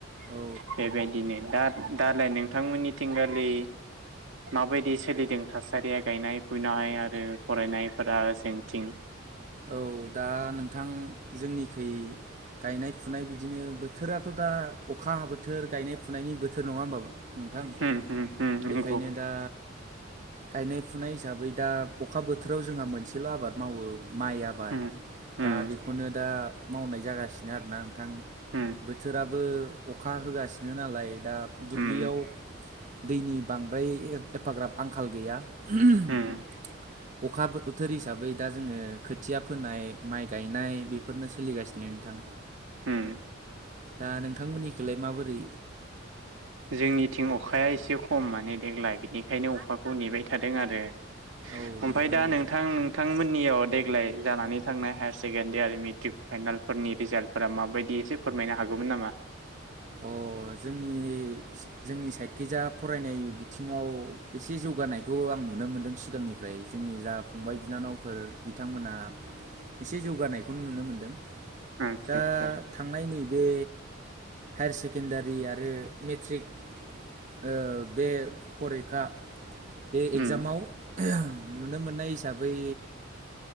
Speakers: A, on the right; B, on the right.
A: औ
B: बेबायदिनो दा दालाय नोंथांमोननिथिंगालि माबायदि सोलिदों थासारिया गायनाय फुनाय आरो फरायनायफोरा जोंथिं
A: औ दा नोंथां जोंनिखै गायनाय फुनाय बिदिनो बोथोराथ' दा अखा हाबो थोर गानाय फुनायनि बोथोर नङा होमबा नोंथां
B: होम होम होम नंगौ
A: बेखायनो दा गायनाय फुनाय हिसाबै दा अखा बोथोराव जोंहा मोनसेल' आबाद मावो। माइ आबाद
B: होम होम
A: दा बेखौनो दा मावनाय जागासिनो आरो ना नोंथां
B: होम
A: बोथोराबो अखा होगासिनो नालाय दा दुब्लियाव
B: होम
A: दैनि बांद्राय एफाग्राब आंखाल गैया।
B: होम
A: <inaudible> अखा बोथोर हिसाबै दा जोङो फोनाय माइ गायनाय बेफोरनो सोलिगासिनो नोंथां
B: होम
A: दा नों नोंथांमोननिखैलाय माबोरै
B: जोंनिथिं अखाया एसे खम माने देग्लाय बिनिखायनो अखाखौ नेबाय थादों आरो
A: औ
B: ओमफाय दा
A: औ
B: नोंथां नोंथांमोननियाव देग्लाय जानानै थांनाय हायार सेकेणडारि आरो मेट्रिक फाइनालफोरनि रिजाल्टफोरा माबायदि एसे फोरमायनो हागौमोन नामा?
A: अ जोंनि जोंनि साइदखि जा फरायनाय बिथिङाव एसे जौगानायखौ आं नुनो मोनदों सिगांनिफ्राय जोंनि जा फंबाय बिनानावफोर बिथांमोना एसे जौगानायखौनो नुनो मोनदों
B: आतसा
A: दा
B: आतसा
A: थांनाय नैे बे हायार सेकेण्डारि आरो मेट्रिक ओ बे फरिखा बे एग्जामाव
B: उम
A: नुनो मोननाय हिसाबै